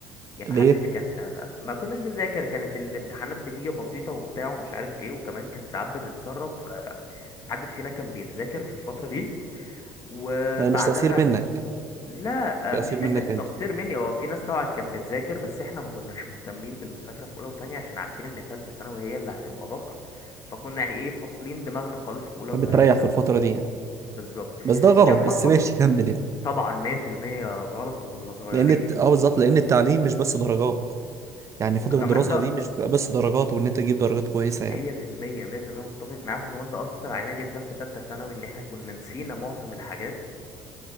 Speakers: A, on the left; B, on the right.
A: يعني
B: ليه؟
A: محدش كان ما كناش بنذاكر كانت الامتحانات بتيجي بسيطة وبتاع ومش عارف ايه وكمان كانت ساعات بتتسرب فمحدش فينا كان بيذاكر في الفترة دي وبعدها
B: يعني مش تأثير منك
A: لا
B: تأثير
A: آه، مش فكرة
B: منك انت
A: تقصير مني هو في ناس طبعا كانت بتذاكر بس احنا ما كناش مهتمين بالمذاكرة في أولى وتانية عشان عارفين إن تالتة ثانوي هي اللي هتبقى ضغط فكنا يعني ايه فاصلين دماغنا خالص في أولى
B: فبتريح
A: وتانية ثانوي
B: في الفترة دي يعني.
A: بالظبط
B: بس ده غلط
A: جاب
B: بس
A: بقى فت-
B: ماشي كمل يعني
A: طبعا 100% غلط وكنا صغيرين
B: لأن الت-
A: و...
B: اه بالظبط لأن التعليم مش بس درجات يعني
A: وكمان
B: فترة الدراسة
A: ده
B: دي مش بتبقى بس درجات وإن أنت تجيب درجات كويسة يعني
A: مية في المية مية في المية متفق معاك وكمان ده أثر علينا جدا في تالتة ثانوي إن إحنا كنا نسينا معظم الحاجات